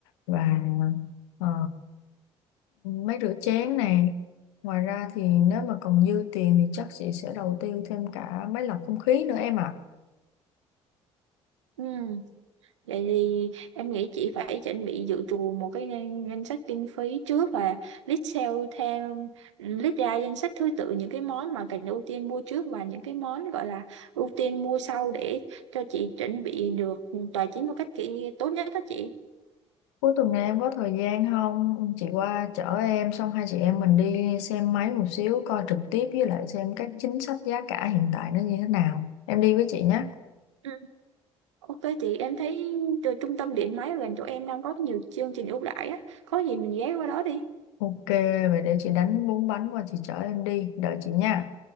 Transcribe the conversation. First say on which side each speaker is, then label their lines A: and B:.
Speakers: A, on the left; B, on the right.
A: và ờ, máy rửa chén này. Ngoài ra thì nếu mà còn dư tiền thì chắc chị sẽ đầu tư thêm cả máy lọc không khí nữa em ạ.
B: ừ Vậy thì em nghĩ chị phải chuẩn bị dự trù một cái ngân, ngân sách kinh phí trước và list sale theo list ra danh sách thứ tự những cái món mà cần ưu tiên mua trước và những cái món gọi là ưu tiên mua sau để cho chị chuẩn bị được tài chính một cách kỹ tốt nhất đó chị.
A: Cuối tuần này em có thời gian không? Chị qua chở em xong hai chị em mình đi xem máy một xíu coi trực tiếp với lại xem các chính sách giá cả hiện tại nó như thế nào. Em đi với chị nhé.
B: Ừ. Ok chị, em thấy từ trung tâm điện máy gần chỗ em đang có nhiều chương trình ưu đãi á, có gì mình ghé qua đó đi.
A: Ok, vậy để chị đánh bún bánh qua chị chở em đi. Đợi chị nha.